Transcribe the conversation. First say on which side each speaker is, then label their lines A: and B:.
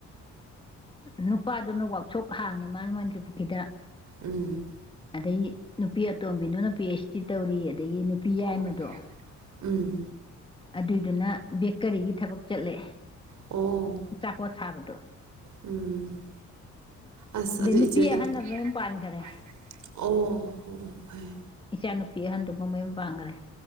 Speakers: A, on the left (about 15°); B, on the right (about 70°).
A: ꯅꯨꯄꯥꯗꯨꯅ ꯋꯥꯛꯁꯣꯞ ꯍꯥꯡꯉꯦ ꯃꯥꯅ ꯃꯥꯟꯇ꯭ꯔꯤ ꯄꯨꯨꯈ꯭ꯔꯤꯗ
B: ꯎꯝ
A: ꯑꯗꯩ ꯅꯨꯄꯤ ꯑꯇꯣꯝꯕꯤꯗꯨꯅ ꯄꯤ ꯑꯩꯆ ꯗꯤ ꯇꯧꯔꯤ ꯑꯗꯒꯤ ꯅꯨꯄꯤ ꯌꯥꯏꯃꯗꯣ
B: ꯑꯣ ꯎꯝ
A: ꯑꯗꯨꯏꯗꯨꯅ ꯕꯦꯀꯔꯤꯒꯤ ꯊꯕꯛ ꯆꯠꯂꯦ
B: ꯑꯣ
A: ꯑꯥꯆꯥꯄꯣꯠ ꯁꯥꯕꯗꯣ
B: ꯎꯝ ꯑꯁ
A: ꯑꯗꯩ
B: ꯑꯗꯨ
A: ꯅꯨꯄꯤ
B: ꯏꯆꯦ ꯑꯗꯨ
A: ꯑꯍꯟꯅ ꯃꯌꯨꯝ ꯄꯥꯟꯈꯔꯦ
B: <inaudible> ꯑꯣ ꯑꯣ ꯐꯔꯦ
A: ꯏꯆꯥ ꯅꯨꯨꯄꯤ ꯑꯍꯟꯗꯨꯕꯨ ꯃꯌꯨꯝ ꯄꯥꯟꯒꯔꯦ